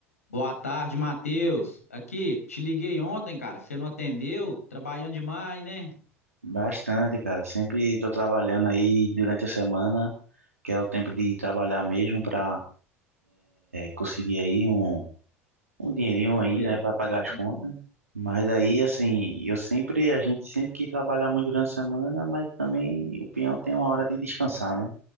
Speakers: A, on the left (about 80°); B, on the right (about 85°).
A: Boa tarde, Matheus. Aqui, te liguei ontem, cara. Você não atendeu? Trabalhando demais, né?
B: Bastante, cara. Sempre estou trabalhando aí durante a semana, que é o tempo de trabalhar mesmo para conseguir aí um, um dinheirinho
A: Ah,
B: aí,
A: É.
B: né, para pagar as
A: Uhum.
B: contas. Mas aí, assim, eu sempre, a gente sempre que trabalhar muito durante a semana, mas também o peão tem uma hora de descansar, né?